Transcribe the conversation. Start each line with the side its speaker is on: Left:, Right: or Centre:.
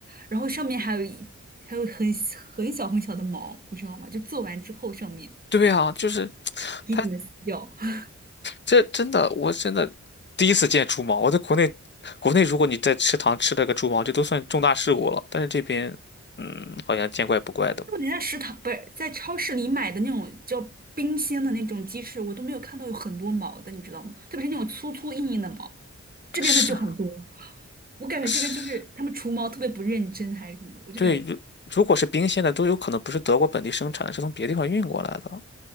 Right: 然后上面还有一还有很很小很小的毛，你知道吗？就做完之后上面
Left: <laughs> 对啊，就是
Right: 一点点撕掉。
Left: 他
Right: <laughs>
Left: 这真的，我真的第一次见猪毛。我在国内，国内如果你在食堂吃了个猪毛，这都算重大事故了。但是这边，嗯，好像见怪不怪的。
Right: 我连在食堂不是在超市里买的那种叫冰鲜的那种鸡翅，我都没有看到有很多毛的，你知道吗？特别是那种粗粗硬硬的毛，这边的就很多。
Left: 是
Right: 我感觉这边就是他们除毛特别不认真还是什么，
Left: 是，
Right: 我就感觉
Left: 对，如如果是冰鲜的，都有可能不是德国本地生产，的，是从别地方运过来的。